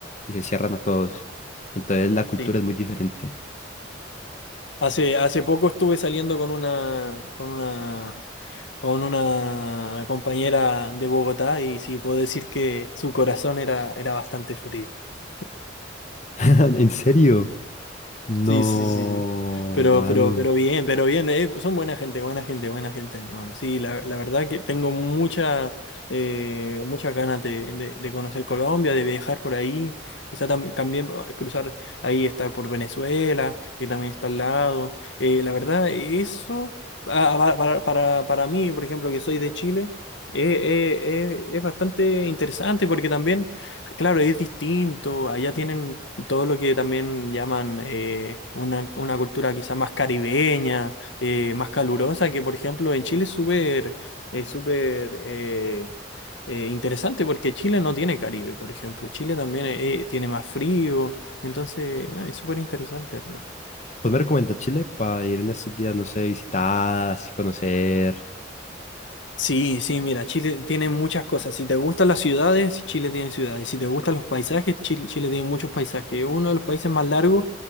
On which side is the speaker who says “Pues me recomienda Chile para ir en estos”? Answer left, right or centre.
Left